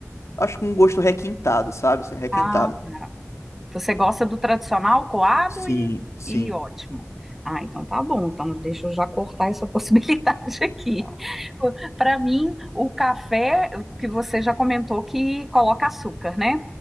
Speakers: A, on the left; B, in the centre.
A: Acho com um gosto requintado, sabe? Assim, Requintado.
B: ah, Você gosta do tradicional coado
A: Sim,
B: e,
A: sim,
B: e ótimo. Ah, então tá bom. Então deixa eu já cortar essa <laughs> possibilidade aqui. Para mim, o café que você já comentou que coloca açúcar, né?